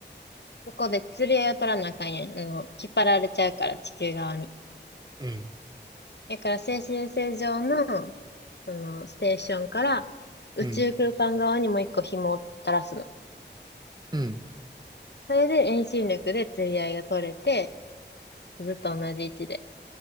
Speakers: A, on the left; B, on the right.
A: そこで釣り合いを取らなあかんやん。あの、引っ張られちゃうから、地球側に。
B: うん。
A: だから、静止衛星上の、その、ステーションから、宇宙空間側にもう一個紐を垂らすの。
B: うん。うん。
A: それで遠心力で釣り合いが取れて、ずっと同じ位置で